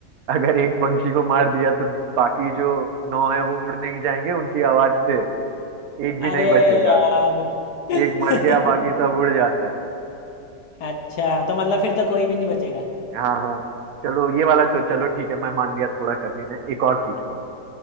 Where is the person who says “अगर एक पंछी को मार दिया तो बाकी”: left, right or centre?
Right